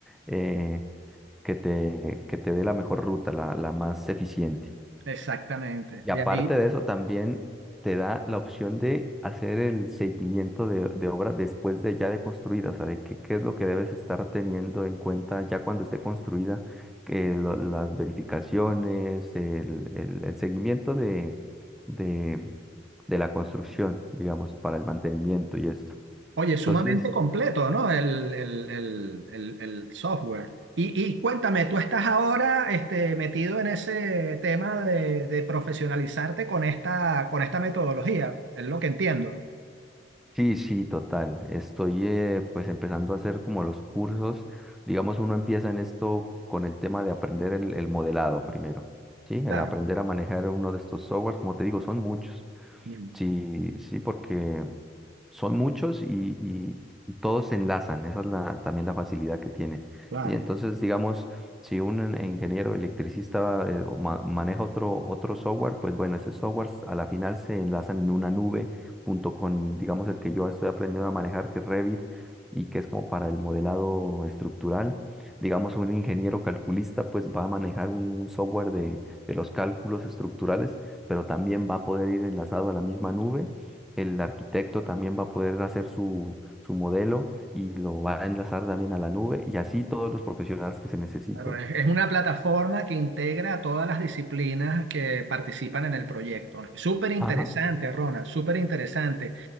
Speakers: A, in the centre; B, on the right.
A: eh, que te, que te dé la mejor ruta, la, la más eficiente.
B: exactamente.
A: Y
B: Y
A: aparte
B: ahí,
A: de eso, también te da la opción de hacer el seguimiento de, de obra después de ya de construida, o sea, de qué, qué es lo que debes estar teniendo en cuenta ya cuando esté construida, que lo- las verificaciones, el, el- el seguimiento de, de, de la construcción, digamos, para el mantenimiento y esto.
B: oye, sumamente
A: Entonces,
B: completo, ¿no? El, el, el, el, el software. Y, y cuéntame, tú estás ahora este, metido en ese tema de, de profesionalizarte con esta, con esta metodología, es lo que entiendo.
A: Sí, sí, total. Estoy eh, pues empezando a hacer como los cursos. Digamos, uno empieza en esto con el tema de aprender el, el modelado primero, ¿sí?
B: Claro,
A: El aprender a manejar uno de estos softwares, como te digo, son muchos.
B: mm,
A: Sí, sí, porque son muchos y, y- y todos se enlazan. Esa es la, también la facilidad que tiene.
B: claro.
A: ¿sí? Entonces, digamos, si un en- ingeniero electricista eh, o ma- maneja otro, otro software, pues bueno, ese software a la final se enlazan en una nube junto con, digamos, el que yo estoy aprendiendo a manejar, que es Revit, y que es como para el modelado estructural. Digamos, un ingeniero calculista, pues va a manejar un, un software de de los cálculos estructurales pero también va a poder ir enlazado a la misma nube. El arquitecto también va a poder hacer su, su modelo y lo va a enlazar también a la nube y así todos los profesionales que se necesiten.
B: Claro, es, es una plataforma que integra a todas las disciplinas que participan en el proyecto. Súper interesante,
A: Ajá.
B: Ronald, súper interesante.